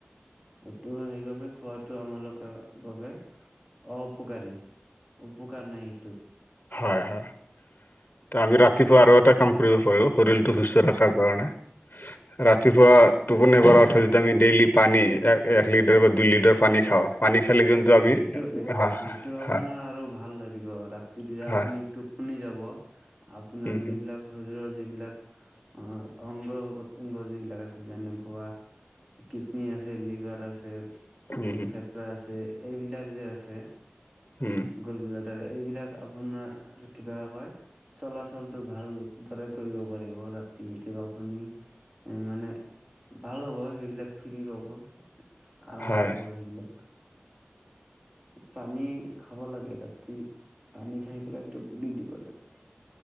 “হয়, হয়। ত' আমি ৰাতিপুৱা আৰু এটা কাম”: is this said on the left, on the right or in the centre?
Left